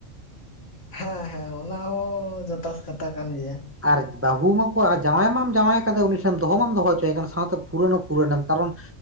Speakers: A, on the left; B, on the right.
A: ᱦᱮᱸ ᱦᱮᱸ ᱚᱱᱟ ᱦᱚᱸ ᱡᱚᱛᱷᱟᱛ ᱠᱟᱛᱷᱟ ᱠᱟᱱ ᱜᱮᱭᱟ᱾
B: ᱟᱨ ᱵᱟᱹᱦᱩ ᱢᱟᱠᱚ ᱟᱨ ᱡᱟᱶᱟᱭ ᱢᱟᱢ ᱡᱟᱶᱟᱭ ᱠᱟᱫᱮ ᱩᱱᱤ ᱴᱷᱮᱱ, ᱫᱚᱦᱚ ᱢᱟᱢ ᱫᱚᱦᱚ ᱦᱚᱪᱚᱭᱮ ᱠᱟᱱ ᱥᱟᱶᱛᱮ ᱯᱷᱩᱨᱟᱹᱱ ᱦᱚᱸ ᱯᱷᱩᱨᱟᱹᱱ ᱮᱢ ᱠᱟᱨᱚᱱ